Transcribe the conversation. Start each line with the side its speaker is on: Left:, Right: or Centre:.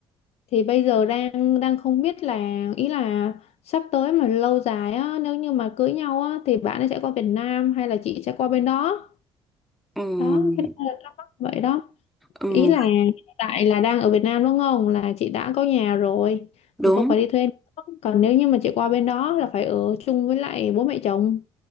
Left: thì bây giờ đang đang không biết là ý là sắp tới mà lâu dài á nếu như mà cưới nhau á thì bạn ấy sẽ qua Việt Nam hay là chị sẽ qua bên đó
Centre: Ừm,
Left: đó cái đó là thắc mắc vậy đó
Centre: ừm,
Left: ý là hiện tại là đang ở Việt Nam đúng không là chị đã có nhà rồi
Centre: đúng.
Left: thì không phải đi thuê nữa. còn nếu như mà chị qua bên đó là phải ở chung với lại bố mẹ chồng